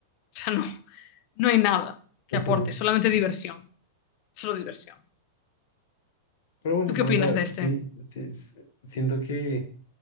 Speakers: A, on the left; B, on the left.
A: O sea, no, no hay nada que
B: <laughs>
A: aporte, solamente diversión. Solo diversión.
B: Pero bueno,
A: ¿Tú qué
B: o
A: opinas
B: sea,
A: de
B: sí,
A: este?
B: sí, sí, siento que